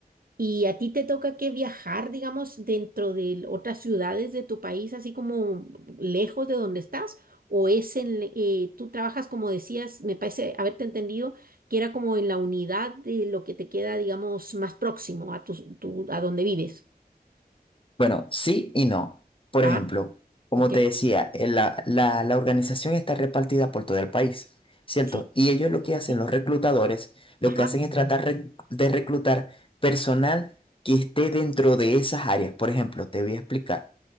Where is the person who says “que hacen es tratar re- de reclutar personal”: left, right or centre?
Left